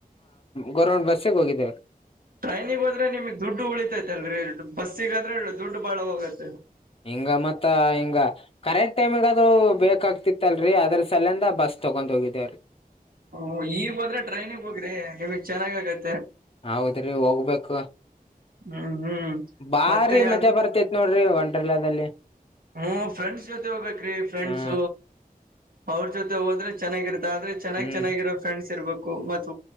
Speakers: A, on the left; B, on the right.
A: ಗವರ್ನಮೆಂಟ್ ಬಸ್ಗ ಹೋಗಿದ್ದೇವರಿ
B: ಟ್ರೈನಿಗೆ ಹೋದ್ರೆ ನಿಮಗ್ ದುಡ್ಡು ಉಳಿತೈತೆಲ್ರಿ ಬಸ್ಸಿಗ ಆದ್ರೆ ದುಡ್ ಬಾಳ ಹೋಗತ್ತ
A: ಹಿಂಗ ಮತ್ತ ಹಿಂಗ ಕರೆಕ್ಟ್ ಟೈಮಗ ಅದು ಬೇಕಾಗ್ತಿತ್ತಲ್ರರಿ ಅದ್ರ ಸೇಲೆಂದ ಬಸ್ ತಗೊಂಡ್ ಹೋಗಿದ್ದೇವ್ರಿ
B: ಹೂ ಈಗ ಹೋದ್ರೆ ಟ್ರೈನಿಗ ಹೋಗ್ರಿ ನಿಮಗ್ ಚೆನ್ನಾಗ್ ಆಗತ್ತೆ
A: ಹೌದ್ರಿ ಹೋಗ್ಬೇಕು
B: ಹ್ಮ್ ಹ್ಮ್
A: ಬಾರಿ
B: ಮತ್ತೆ ಯಾವ್ದ
A: ಮಜಾ ಬರ್ತೇತ್ ನೋಡ್ರಿ ವಂ ಡರರ್ಲಾದಲ್ಲಿ
B: ಹ್ಮ ಫ್ರೆಂಡ್ಸ್ ಜೊತೆ ಹೋಗ್ಬೇಕ್ರೀ ಫ್ರೆಂಡ್ಸ
A: ಹಾ
B: ಅವ್ರ ಜೊತೆ ಹೋದ್ರೆ ಚೆನ್ನಾಗಿರುತ್ತ ಆದ್ರೆ ಚೆನ್ನಾಗಿ
A: ಹ್ಮ್
B: ಚೆನ್ನಾಗಿರೋ ಫ್ರೆಂಡ್ಸ್ ಇರ್ಬೇಕು ಮತ್